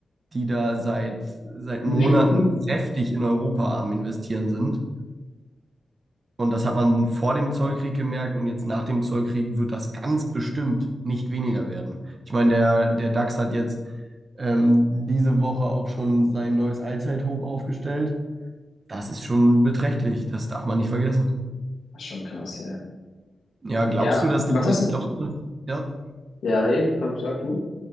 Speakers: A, on the right; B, on the left.
A: die da seit, seit
B: Die
A: Monaten
B: Geschichten.
A: kräftig in Europa am Investieren sind. Und das hat man vor dem Zollkrieg gemerkt und jetzt nach dem Zollkrieg wird das ganz bestimmt nicht weniger werden. Ich meine, der, der DAX hat jetzt ähm, diese Woche auch schon sein neues Allzeithoch aufgestellt. Das ist schon beträchtlich, das darf man nicht vergessen.
B: Das ist schon krass, ja.
A: Ja, glaubst
B: Ja,
A: du, dass
B: was
A: der,
B: hast du?
A: glaubst du, ja,
B: Ja, nee, komm, sag du.